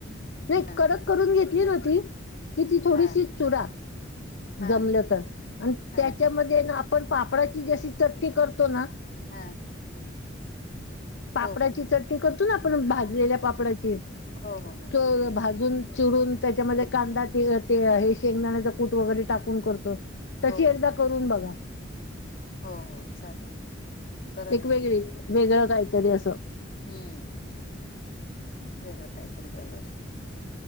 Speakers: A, on the left; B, on the left.
A: नाही
B: हा
A: कडक करून घेतली न ती कि ती थोडीशी
B: हा
A: चुडा
B: हा
A: जमलं तर आणि
B: हा
A: त्याच्यामध्ये ना आप पण पापडची चटनी करतो ना
B: हा.
A: पापडाची
B: हो हो
A: चटणी करतो ना आपण भाजलेल्या पापडाची
B: हो हो हो
A: तर भाजून चुडून त्याच्यामध्ये कांदा ते ते अ हे शेंगदाण्याचा कूट वगैरे टाकून करतो तशी
B: हो हो
A: एकदा
B: हो
A: करून बघा.
B: हो हो चालेन करल
A: एक
B: ना.
A: वेगळी वेगळं काहीतरी असं.
B: हम्म वेगळं काहीतरी बरोबर.